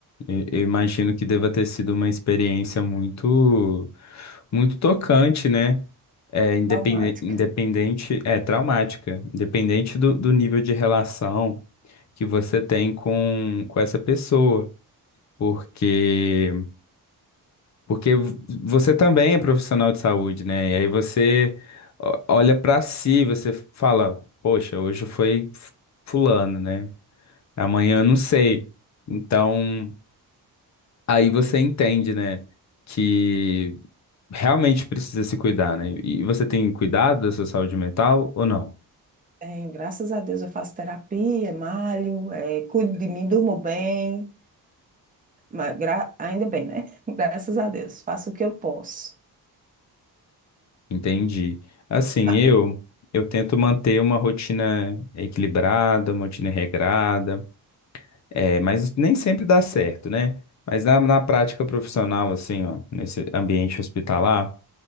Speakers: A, on the left (about 45°); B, on the right (about 20°).
A: Eu eu imagino que deva ter sido uma experiência muito, muito tocante, né? É, independe-
B: traumático.
A: independente, é traumática, independente do, do nível de relação que você tem com, com essa pessoa, porque porque v- você também é profissional de saúde, né? E aí você o- olha pra si, você fala, poxa, hoje foi f- fulano, né? Amanhã eu não sei. Então Aí você entende, né, que realmente precisa se cuidar, né? E você tem cuidado da sua saúde mental ou não?
B: Tenho, graças a Deus eu faço terapia, malho, eh, cuido de mim, durmo bem, mas gra- ainda bem, né? <laughs> Graças a Deus, faço o que eu posso.
A: Entendi. Assim,
B: Ah,
A: eu eu tento manter uma rotina equilibrada, uma rotina regrada, é, mas nem sempre dá certo, né? Mas na, na prática profissional, assim, ó, nesse ambiente hospitalar,